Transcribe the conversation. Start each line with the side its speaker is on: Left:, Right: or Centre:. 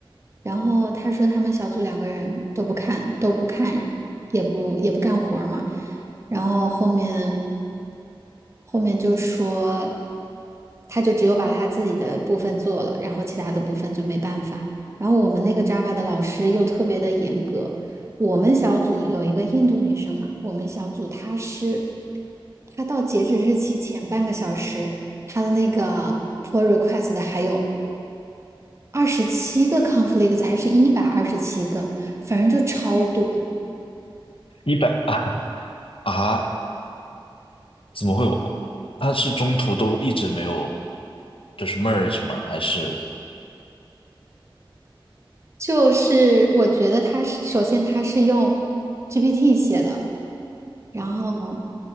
Right: 然后他说他们小组两个人都不看，都不看，也不也不干活儿嘛。然后后面后面就说，他就只有把他自己的部分做了，然后其他的部分就没办法。然后我们那个 Java 的老师又特别的严格。我们小组有一个印度女生嘛，我们小组她是，她到截止日期前半个小时，她的那个 pull request 的还有二十七个 conflict，s 还是一百二十七个，反正就超多。
Left: 一百啊啊，怎么会有？他是中途都一直没有，就是 merge 吗？还是？
Right: 就是我觉得它是首先它是用 GPT 写的，然后